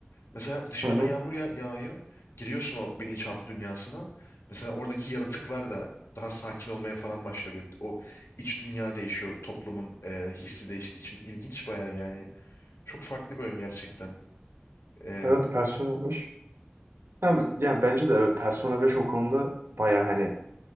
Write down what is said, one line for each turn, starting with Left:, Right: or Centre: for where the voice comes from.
Left: Mesela dışarıda
Right: Hı hı.
Left: yağmur ya yağıyor. Giriyorsun o bilinçaltı dünyasına. Mesela oradaki yaratıklar da daha sakin olmaya falan başlıyor. Böyle o iç dünya değişiyor. Toplumun e, hissi değiştiği için. İlginç baya yani. Çok farklı bir oyun gerçekten. E,
Right: Evet Persona beş. Yani, yani bence de evet Persona beş o konuda baya hani